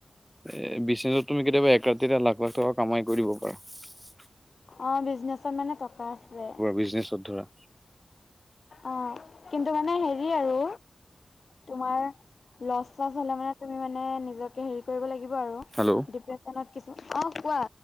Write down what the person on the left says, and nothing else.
অঁ বিজনেছত মানে টকা আছে।
অঁ, কিন্তু মানে হেৰি আৰু। তোমাৰ লচ চছ হলে মানে তুমি মানে নিজকে হেৰি কৰিব লাগিব আৰু।
ডিপ্ৰেচেনত কিছুমান অঁ কোৱা